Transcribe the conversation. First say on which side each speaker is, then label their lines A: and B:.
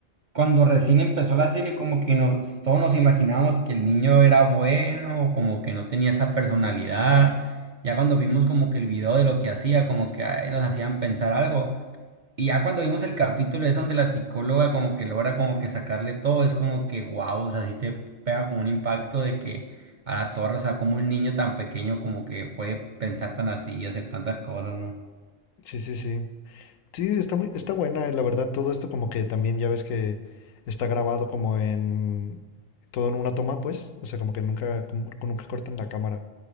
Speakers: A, on the right; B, on the left.
A: cuando recién empezó la serie, como que nos, todos nos imaginábamos que el niño era bueno, como que no tenía esa personalidad. Ya cuando vimos como que el video de lo que hacía, como que ay, nos hacían pensar algo. Y ya cuando vimos el capítulo es donde la psicóloga como que logra como que sacarle todo, es como que wow, o sea, sí te pega con un impacto de que a la torre, o sea, como un niño tan pequeño como que puede pensar tan así y hacer tantas cosas, ¿no?
B: Sí, sí, sí. Sí, está muy, está buena, eh, la verdad, todo esto como que también ya ves que está grabado como en todo en una toma, pues, o sea, como que nunca, como- nunca cortan la cámara.